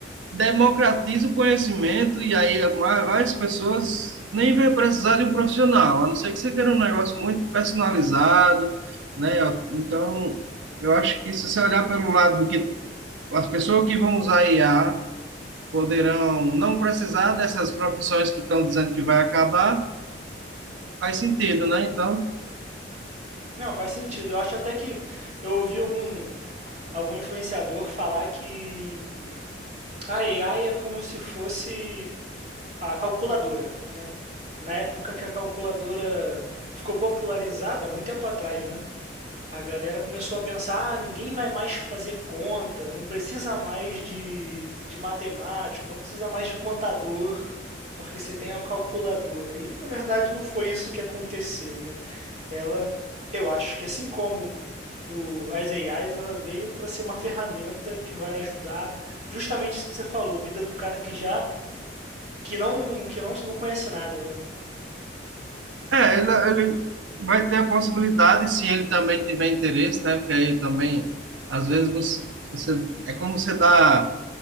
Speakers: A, on the right (about 85°); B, on the right (about 35°).
A: democratiza o conhecimento e aí ma- várias pessoas nem vai precisar de um profissional, a não ser que você queira um negócio muito personalizado, né? Então, eu acho que se você olhar pelo lado de que as pessoas que vão usar IA poderão não precisar dessas profissões que estão dizendo que vai acabar, faz sentido, né? Então,
B: Não, faz sentido. Eu acho até que eu ouvi algum, algum influenciador falar que a AI é como se fosse a calculadora, né? Na época que a calculadora ficou popularizada, muito tempo atrás, né? A galera começou a pensar, ah, ninguém vai mais fazer conta, não precisa mais de, de matemático, não precisa mais de contador, porque você tem a calculadora. E na verdade não foi isso que aconteceu, né? Ela, eu acho que assim como o, as AIs, ela veio para ser uma ferramenta que vai ajudar justamente isso que você falou, a vida do cara que já que não que não, não conhece nada, né?
A: é, ele, ele vai ter a possibilidade, se ele também tiver interesse, né? Porque aí também, às vezes, você, você é como você dá